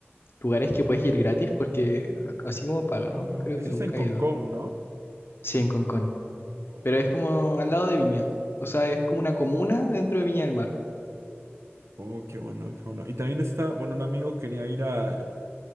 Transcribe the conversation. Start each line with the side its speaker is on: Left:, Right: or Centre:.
Left: lugares que puedes ir gratis porque así como pagados,
Right: No,
Left: creo
Right: eso
Left: que nunca
Right: está en Hong
Left: he ido.
Right: Kong, ¿no?
Left: Sí, en Concón.
Right: Oh,
Left: Pero es como
Right: qué
Left: al lado de Viña. O sea, es como una comuna dentro de Viña del Mar.
Right: oh, qué bueno, qué bueno. Y también está, bueno, un amigo quería ir al...